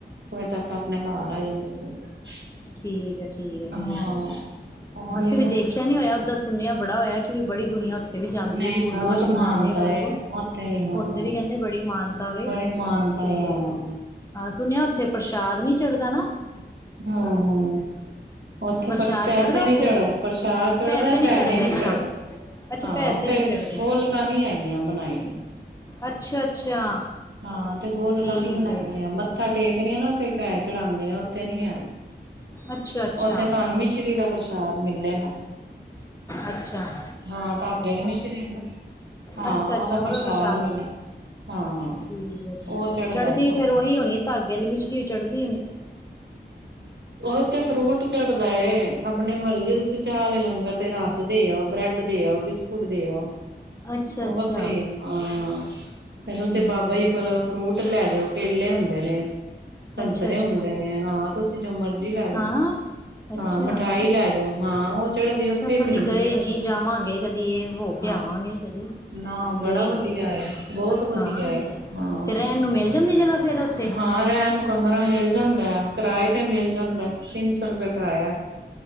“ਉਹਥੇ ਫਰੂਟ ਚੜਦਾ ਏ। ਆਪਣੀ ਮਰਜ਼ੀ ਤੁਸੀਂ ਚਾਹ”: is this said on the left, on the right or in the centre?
Right